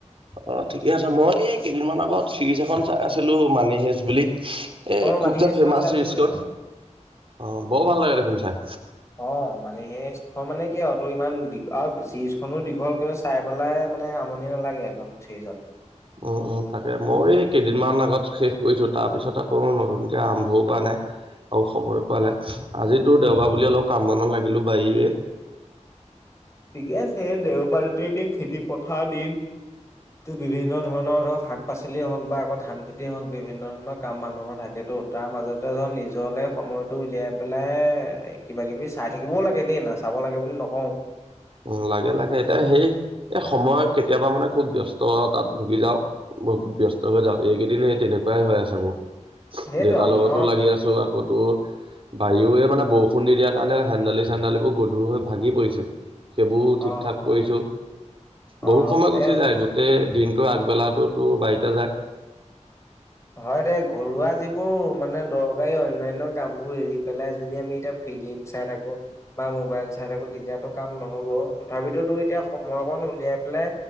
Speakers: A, on the right; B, on the left.
A: অ', ঠিকে আছে। মই এই কেইদিনমান আগত চিৰিজ এখন চাই আছিলো মানি সেইজ বুলি। এ,
B: অ মানি
A: খুব
B: হেইচ
A: যে ফ্ৰেমাচ
B: মই চাইছো
A: চিৰিজখন।
B: তো সেইখন।
A: অ', বৰ ভাল লাগে দেখোন চাই।
B: অ', মানে সেইখন মানে কি আৰু টোৰ ইমান আৰু চিৰিজ খন দীঘলকে কিন্তু চাই পেলাই মানে আমনি নালাগে এইখন চিৰিজত।
A: উম'-উম'। তাকেই। মই এই কেইদিনমান আগত শেষ কৰিছোঁ তাৰপিছত আকৌ নতুনকৈ আৰম্ভও কৰা নাই। আৰু খবয় পোৱা নাই। আজিতো দেওঁবাৰ বুলি অলপ কাম বনত লাগিলো বাৰীৰে। <unintelligible>
B: ঠিকে আছে। দেওঁবাৰতে দিন খেদি পথাৰ দিন। টোৰ বিভিন্ন ধৰণৰ ধৰক শাক পাচলিয়ে হওঁক বা আকৌ ধান খেতিয়ে হওঁক বিভিন্ন ধৰণৰ কাম মানুহৰ থাকে। ত-তাৰ মাজতে ধৰ নিজলে সময়তটো উলিয়াই পেলাই কিবা কিবি চাই থাকিবও লাগে দেই ন নেচাব লাগে বুলি নকওঁ।
A: উম', লাগে-লাগে। এতিয়া সেই এই, সময় কেতিয়াবা মানে খুব ব্যস্ততাত ভুগি যাওঁ। ব্যস্ত হৈ যাওঁ। এইকেইদিন সেই তেনেকুৱাই হৈ আছে মোৰ।
B: সেইটো
A: দেউতাৰ
B: অন্য
A: লগতো লাগি আছো আকৌতোৰ বাৰিও মানে বৰষুণ দি দিয়াৰ কাৰণে হেন্দালি-চেন্দালী বোৰ গধুৰ হৈ ভাগি পৰিছে। সেইবোৰ ঠিক-ঠাক
B: অ অ
A: কৰিছো,
B: অ
A: বহুত সময় গুচি
B: এ
A: যায় গোটেই দিন তোৰ আগবেলাটোত তোৰ বাৰীতে যায়।
B: হয় দে ঘৰুৱা যিবোৰ মানে দৰকাৰী আৰু অন্যান্য কাম বোৰ এৰি পেলাই যদি ফিমিল চাই থাকোঁ বা মোবাইল চাই থো তেতিয়াতো কাম নহব, তথাপিতোতো এতিয়া সময়কন উলিয়াই পেলাই